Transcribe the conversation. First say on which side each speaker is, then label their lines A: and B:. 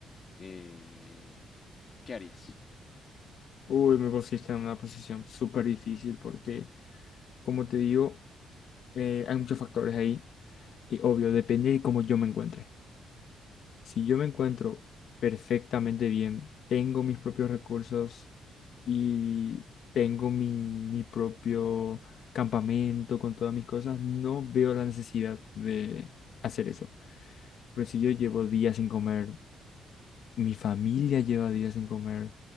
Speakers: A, on the left; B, on the left.
A: eh, ¿qué harías?
B: uy, me pusiste en una posición súper difícil porque, como te digo, eh, hay muchos factores ahí y obvio, depende de cómo yo me encuentre. Si yo me encuentro perfectamente bien, tengo mis propios recursos y tengo mi, mi propio campamento con todas mis cosas, no veo la necesidad de hacer eso. Pero si yo llevo días sin comer, mi familia lleva días sin comer,